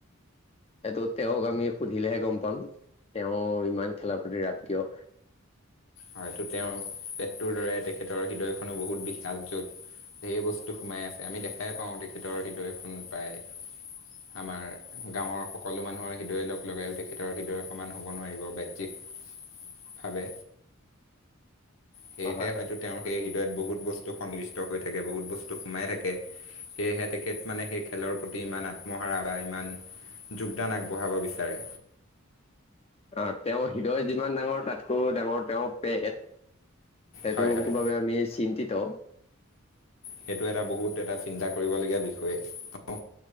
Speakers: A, on the left; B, on the left.
A: সেইটো তেওঁক আমি সুধিলেহে গম পাম। তেওঁ ইমান খেলাৰ প্ৰতি ৰাপ কিয়?
B: হয়তো তেওঁৰ পেটটোৰ দৰে তেখেতৰ হৃদয়খনো বহুত বিশাল, য'ত ঢেৰ বস্তু সোমাই আছে। আমি দেখাই পাওঁ তেখেতৰ হৃদয়খন প্ৰায় আমাৰ গাঁৱৰ সকলো মানুহৰ হৃদয়ে লগ লগাইয়ো তেখেতৰ হৃদয়ৰ সমান হ'ব নোৱাৰিব। বাহ্যিক ভাবে, সেয়েহে
A: হয়
B: হয়তো
A: হয়
B: তেওঁৰ সেই টোৱে বহুত বস্তু সন্নিৱিষ্ট হৈ থাকে, বহুত বস্তু সোমাই থাকে। সেয়েহে তেখেত মানে সেই খেলৰ প্ৰতি ইমান আত্মহাৰা বা ইমান যোগদান আগবঢ়াব বিচাৰে।
A: অ' তেওঁৰ হৃদয় যিমান ডাঙৰ তাতকৈ ডাঙৰ তেওঁ পেট সেইটো
B: হয় হয়
A: বাবে আমি চিন্তিত।
B: সেইটো এটা বহুত এটা চিন্তা কৰিবলগীয়া বিষয়ে। আৰু